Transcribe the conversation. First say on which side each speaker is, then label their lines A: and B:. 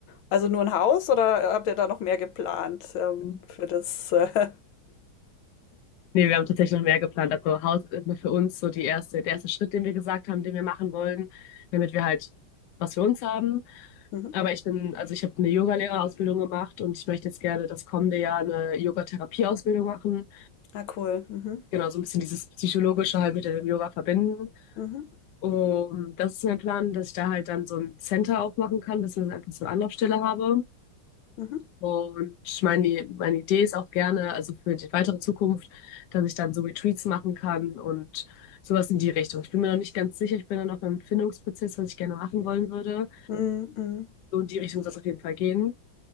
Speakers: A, on the left (about 80°); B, on the left (about 70°).
A: Also nur ein Haus oder habt ihr da noch mehr geplant ähm,
B: Plan.
A: für das? Äh,
B: Ne, wir haben tatsächlich noch mehr geplant. Also Haus ist nur für uns so die erste, der erste Schritt, den wir gesagt haben, den wir machen wollen, damit wir halt was für uns haben.
A: <laughs> mhm.
B: Aber ich bin, also ich habe eine Yogalehrerausbildung gemacht und ich möchte jetzt gerne das kommende Jahr eine Yogatherapieausbildung machen.
A: Ah, cool. Mhm,
B: Genau, so ein bisschen dieses Psychologische halt mit dem Yoga verbinden.
A: mhm,
B: Und das ist mein Plan, dass ich da halt dann so ein Center aufmachen kann, dass ich einfach so eine Anlaufstelle habe.
A: mhm,
B: Und meine, meine Idee ist auch gerne, also für die weitere Zukunft, dass ich dann so Retreats machen kann und sowas in die Richtung. Ich bin mir noch nicht ganz sicher, ich bin da noch im Findungsprozess, was ich gerne machen wollen würde.
A: mhm, mhm,
B: So in die Richtung soll es auf jeden Fall gehen.